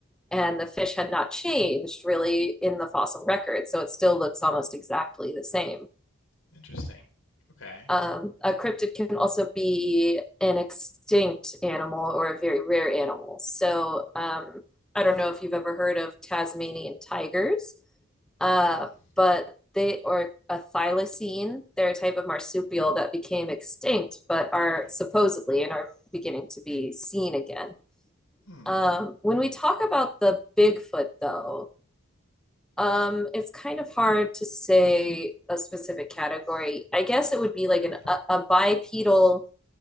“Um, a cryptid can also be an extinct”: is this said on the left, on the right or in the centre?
Centre